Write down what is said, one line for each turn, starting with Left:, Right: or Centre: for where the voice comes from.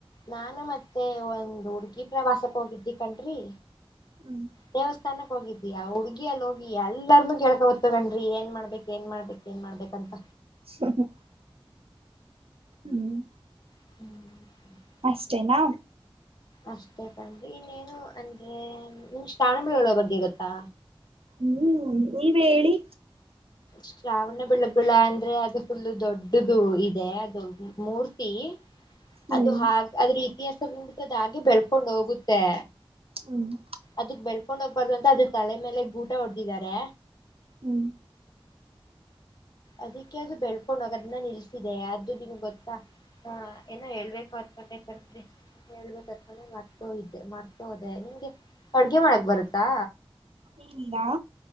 Left: ನಾನು ಮತ್ತೆ ಒಂದ ಹುಡ್ಗಿ ಪ್ರವಾಸಕ್ ಹೋಗಿದ್ವಿ ಕಣ್ರಿ
Right: ಹ್ಮ್
Left: ದೇವಸ್ಥಾನಕ್ಕೆ ಹೋಗಿದವಿ ಆ ಹುಡ್ಗಿ ಅಲ್ಲಿ ಹೋಗಿ ಎಲ್ಲಾರ್ನುೂ ಕೇಳ್ಕೊಬ ತು ಕಣ್ರೀ ಏನ್ ಮಾಡ್ಬೇಕು ಏನ್ ಮಾಡ್ಬೇಕು ಏನ್ ಮಾಡ್ಬೇಕಂತ
Right: ಹ್ಮ <unintelligible> ಹ್ಮ್
Left: ಹ್ಮ್
Right: ಅಷ್ಟೇನಾ
Left: ಅಷ್ಟೇ ಕಣ್ರೀ ಇನ್ನೇನು ಅಂದ್ರೆ ನಿಮ್ಗೆ ಶ್ರಾವಣ ಬೆಳೊಳ್ಳುವ ಬಗ್ಗೆ ಗೊತ್ತಾ
Right: ಹ್ಮ್ ನೀವೆ ಹೇಳಿ
Left: ಶ್ರಾವಣ ಬೆಳಗುಳ ಅಂದ್ರೆ ಅದು ಫುಲ್ಲು ದೊಡ್ಡದು ಇದೆ ಅದು ಮೂರ್ತಿ
Right: ಹ್ಮ್
Left: ಅದು ಹ ಅದ್ರ ಇತಿಹಾಸ ಬಂದ್ಬಿಟ್ಟು ಅದು ಹಾಗೆ ಬೆಳ್ಕೊಂಡ್ ಹೋಗುತ್ತೆ
Right: ಹ್ಮ್
Left: ಅದಕ್ ಬೆಳ್ಕೊಂಡ ಹೋಗಬಾರ್ದ ಅಂತ ಅದ ತಲೆ ಮೇಲೆ ಗೂಟ ಹೊಡೆದಿದ್ದಾರೆ
Right: ಹೂ
Left: ಅದ್ಕೆ ಅದು ಬೆಳ್ಕೊಂಡ ಹೋಗದನ್ನ ನಿಲ್ಸಿದೆ ಅದು ನಿಮ್ಗೆ ಗೊತ್ತಾ ಹಾ ಏನೋ ಹೇಳ್ಬೇಕು ಅನ್ಕೊಂಡೆನ್ರಿ ಹೇಳ್ಬೇಕರ್ಕಣೆ ಮರ್ತೋ ಇದ್ದೆ ಮರ್ತ ಹೋದೆ ನಿಮ್ಗೆ ಅಡ್ಗೆ ಮಾಡಕ್ ಬರುತ್ತಾ
Right: ಇಲ್ಲ